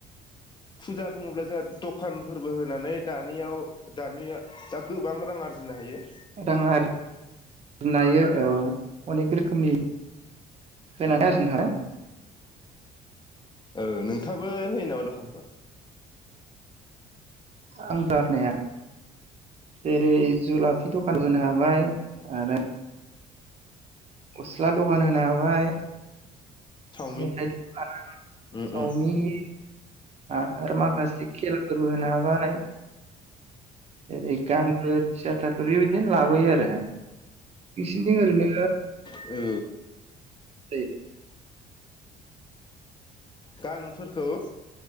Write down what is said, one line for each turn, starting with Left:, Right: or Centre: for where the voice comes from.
Left: फुजा बुङोब्ला जोंहा दखानफोरबो होनानै दानियाव दानि दा गोबां रां आरजिनो हायो।
Right: <inaudible> आरजिनो हायो औ अनेक रोखोमनि होनानै आरजिनो हानाय।
Left: औ नोंथां। बो होयो नामा दखानफोर।
Right: आं दा होनाया जेरै जुला। दखान होनो हाबाय। आरो। गस्ला दखान होनो हाबाय।
Left: चावमिन
Right: मेथाय दखान होनो
Left: उम
Right: चावमिन।
Left: उम
Right: आ आरो मााखासे खेला। फोरबो होनो हाबाय जेरै गानफोर थियाटारफोर यबादिनो लाबोयो आरो। बिसिनि ओरैनो।
Left: औ
Right: दैै।
Left: गानफोरखौ।